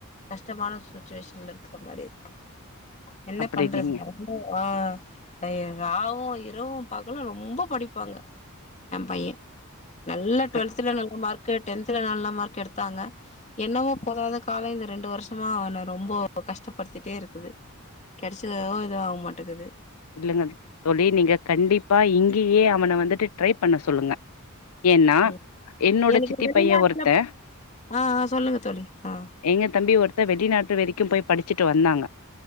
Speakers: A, on the left; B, on the left.
A: கஷ்டமான சுச்சுவேஷன்ல இருக்கற மாரி இருக்கு என்ன
B: அப்டி
A: பண்றது
B: இல்லைங்க
A: ஆ எ ராவு‌ இரவு பகலு ரொம்ப படிப்பாங்க. எ பையன் நல்லா டுவெல்த்ல
B: க
A: நல்ல மார்க்கு டென்த்துல நல்ல மார்க்கு எடுத்தாங்க என்னவோ போதாத காலோ இந்த ரெண்டு வருஷமா அவன ரொம்போ கஷ்டப்படுத்திட்டே இருக்குது. கிடச்சது எது இதுவாக மாட்டேங்கிது
B: இல்லைங்க தோழி நீங்க கண்டிப்பா இங்கேயே அவன வந்துட்டு ட்ரை பண்ண சொல்லுங்க. ஏன்னா
A: ம்
B: என்னோட
A: எனக்கு
B: சித்தி
A: வெளிநாட்டுல
B: பையன் ஒருத்தன்
A: ஆ ஆ சொல்லுங்க தோழி ஆ
B: எங்க தம்பி ஒருத்தர் வெளிநாட்டு வரைக்கும் போய் படிச்சுட்டு வந்தாங்க